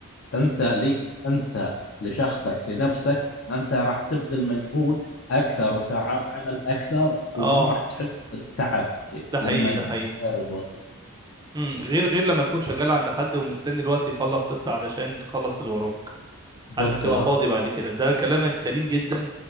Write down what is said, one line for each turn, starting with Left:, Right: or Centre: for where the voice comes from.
Left: انت ليك انت لشخصك لنفسك انت راح تبذل مجهود اكثر وساعات عمل اكثر وما
Right: اه
Left: راح تحس بالتعب
Right: ده حقيقي
Left: لما
Right: ده حقيقي
Left: غير الوظيفة
Right: امم غير غير لما تكون شغال عند حد ومستني الوقت يخلص بس علشان تخلص اللي وراك
Left: بالضبط
Right: عشان تبقى فاضي بعد كده ده كلامك سليم جدا